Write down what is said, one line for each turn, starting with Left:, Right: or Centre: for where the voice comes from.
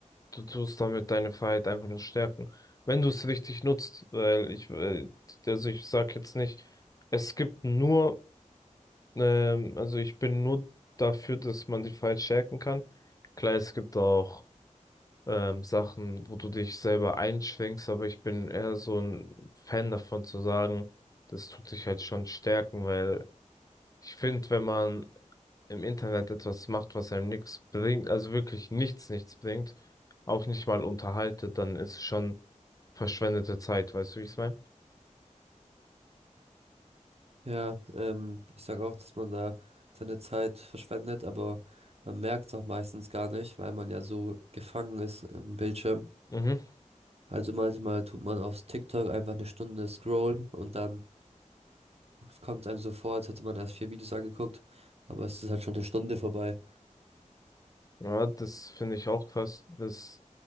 Left: du tust damit deine Freiheit einfach nur stärken. Wenn du es richtig nutzt, weil ich, äh, also ich sag jetzt nicht, es gibt nur Ähm, also ich bin nur dafür, dass man die Files stärken kann. Klar, es gibt auch ähm, Sachen, wo du dich selber einschränkst, aber ich bin eher so ein Fan davon zu sagen, das tut dich halt schon stärken, weil ich finde, wenn man im Internet etwas macht, was einem nichts bringt, also wirklich nichts, nichts bringt, auch nicht mal unterhaltet, dann ist es schon verschwendete Zeit, weißt du, wie ich es meine?
Right: Ja, ähm, ich sage auch, dass man da seine Zeit verschwendet, aber man merkt es auch meistens gar nicht, weil man ja so gefangen ist im Bildschirm.
Left: Mhm.
Right: Also manchmal tut man auf TikTok einfach eine Stunde scrollen und dann kommt einem so vor, als hätte man erst vier Videos angeguckt, aber es ist halt schon eine Stunde vorbei.
Left: Ja, das finde ich auch krass. Das